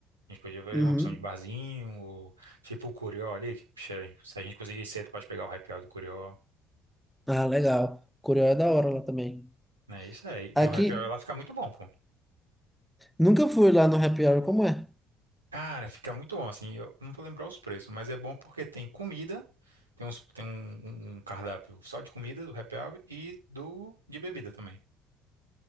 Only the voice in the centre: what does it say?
Uhum.
Ah, legal. Curió é da hora lá também.
Aqui,
nunca fui lá no Happy Hour, como é?